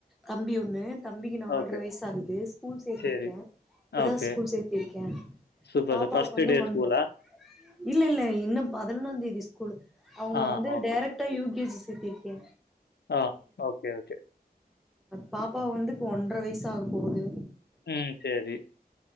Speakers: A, in the centre; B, on the left.
A: தம்பி ஒண்ணு தம்பிக்கு நால்ர
B: ஓகே.
A: வயசாகுது ஸ்கூல் சேத்திருக்கே
B: சரி.
A: இப்பதா
B: ஓகே.
A: ஸ்கூல் சேத் கே
B: சூப்பர்
A: பாப்பாவுக்கு
B: சார். ஃபர்ஸ்ட்
A: வந்து
B: டே
A: ஒன்ர
B: ஸ்கூலா?
A: இல்ல இல்ல இன்னு பதினொன்னாந் தேதி ஸ்கூலு அவுங்கள
B: ஆ
A: வந்து
B: ஓகே.
A: டேரக்டா யு கே ஜி சேத்திருக்கே
B: ஆ ஓகே ஓகே
A: பாப்பாவ வந்து இப்ப ஒன்ர வயசாக போகுது
B: ம் சேரி